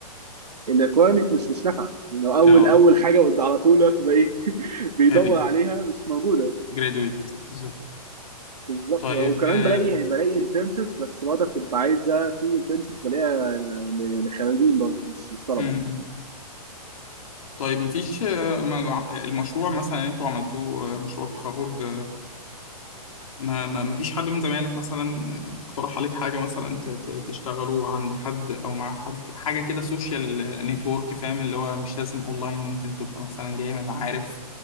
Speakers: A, on the right; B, on the left.
A: الريكويرمنت مش مش نافعه لانه اول
B: اه
A: اول حاجه قد على طول هو بتبقى ايه <laughs> بيدور
B: خريج
A: عليها مش موجوده
B: graduated بالظبط
A: بالظبط
B: طيب
A: وكمان
B: آه،
A: بلاقي يعني بلاقي انترنشيبس بس برضه بتبقى عايزه في انترنشيبس بلاقيها ل- لخريجين برضه مش مش طلبه
B: مم. طيب مفيش آه، ما- المشروع مثلا انتوا عملتوه آه، مشروع تخرج ما ما ما فيش حد من زمايلك مثلا آه، اقترح عليك حاجة مثلا ت- ت- تشتغلوا عند حد أو مع حد حاجة كده سوشيال نتورك فاهم اللي هو مش لازم أونلاين ممكن تبقى مثلا جاي من معارف